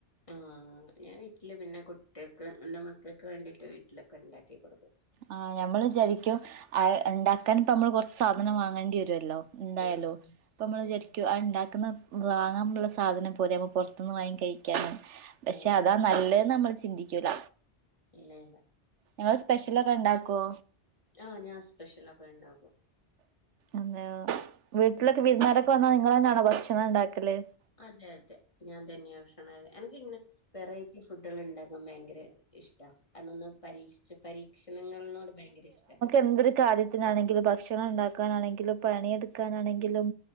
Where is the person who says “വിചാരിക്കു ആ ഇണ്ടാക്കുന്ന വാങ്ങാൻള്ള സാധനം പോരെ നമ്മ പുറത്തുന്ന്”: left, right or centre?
Right